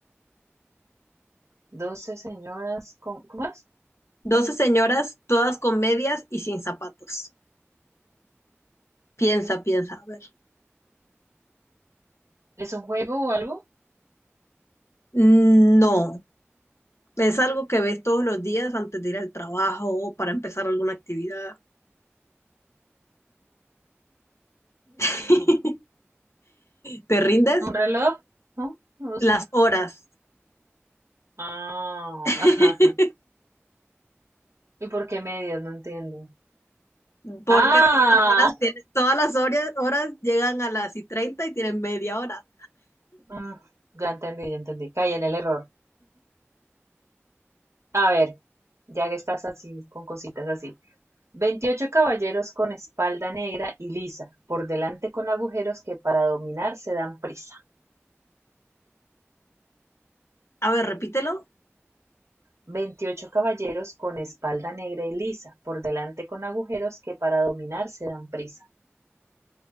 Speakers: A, on the right; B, on the left.
A: Doce señoras con, ¿cómo es?
B: Doce señoras, todas con medias y sin zapatos. Piensa, piensa, a ver.
A: ¿Es un juego o algo?
B: No, es algo que ves todos los días antes de ir al trabajo o para empezar alguna actividad.
A: Mm,
B: <laughs> ¿Te rindes?
A: ¿Un reloj? No, no lo sé.
B: Las horas.
A: Ah,
B: <laughs>
A: <laughs> ¿y por qué medias? No entiendo.
B: Porque
A: Ah,
B: todas las horas tienen, todas las horas, horas llegan a las y 30 y tienen media hora.
A: Mm, ya entendí, ya entendí. Caí en el error. A ver, ya que estás así, con cositas así. 28 caballeros con espalda negra y lisa, por delante con agujeros que para dominar se dan prisa.
B: A ver, repítelo.
A: 28 caballeros con espalda negra y lisa, por delante con agujeros que para dominar se dan prisa.